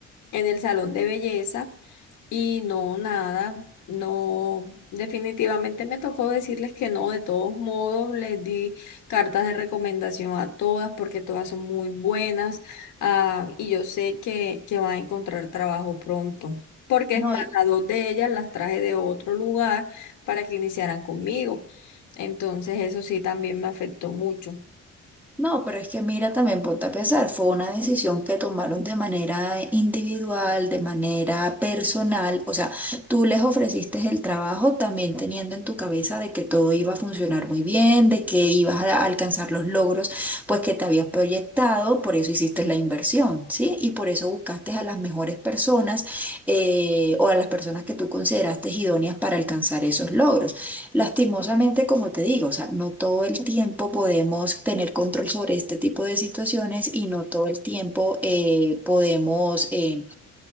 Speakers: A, on the left; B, in the centre.
A: en el salón de belleza y no, nada, no, definitivamente me tocó decirles que no, de todos modos les di cartas de recomendación a todas porque todas son muy buenas, ah, y yo sé que, que van a encontrar trabajo pronto. Porque
B: No,
A: es más,
B: y-
A: a dos de ellas las traje de otro lugar para que iniciaran conmigo. Entonces, eso sí también me afectó mucho.
B: No, pero es que mira, también ponte a pensar, fue una decisión que tomaron de manera individual, de manera personal, o sea, tú les ofreciste el trabajo también teniendo en tu cabeza de que todo iba a funcionar muy bien, de que ibas a alcanzar los logros, pues que te habías proyectado, por eso hiciste la inversión, ¿sí? Y por eso buscaste a las mejores personas eh, o a las personas que tú consideraste idóneas para alcanzar esos logros. Lastimosamente, como te digo, o sea, no todo el tiempo podemos tener control sobre este tipo de situaciones y no todo el tiempo eh, podemos, eh,